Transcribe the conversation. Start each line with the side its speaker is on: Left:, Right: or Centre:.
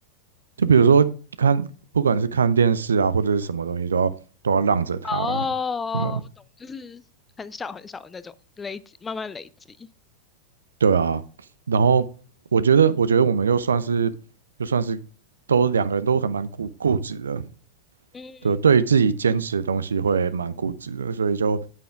Right: 就比如说看，不管是看电视啊，或者是什么东西，都要都要让着他啊，
Left: 哦，
Right: 什么
Left: 我懂，就是很小很小的那种累积，慢慢累积。
Right: 对啊，然后我觉得，我觉得我们又算是，又算是都两个人都很蛮固固执的，
Left: 嗯
Right: 对，对于自己坚持的东西会蛮固执的，所以就